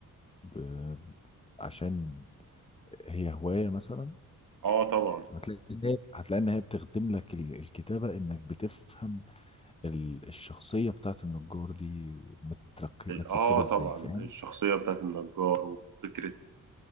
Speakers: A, on the left; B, on the right.
A: ب... عشان هي هوايه مثلا
B: اه طبعا
A: هتلاقي ان هي هتلاقي ان هي بتخدم لك ال- الكتابه انك بتفهم ال- الشخصيه بتاعت النجار دي مترك... متركبه
B: اه طبعا
A: ازاي فاهم
B: الشخصيه بتاعت النجار وفكره